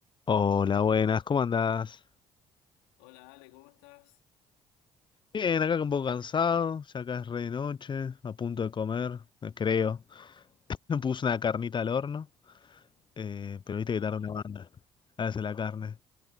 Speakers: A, on the left; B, on the left.
A: Hola, buenas, ¿cómo andás?
B: Hola Ale, ¿cómo estás?
A: Bien, acá un poco cansado, ya acá es re de noche, a punto de comer, eh, creo. <laughs> Me puse una carnita al horno, eh, pero viste
B: Ah,
A: que tarda
B: bueno,
A: una banda. Hace la carne.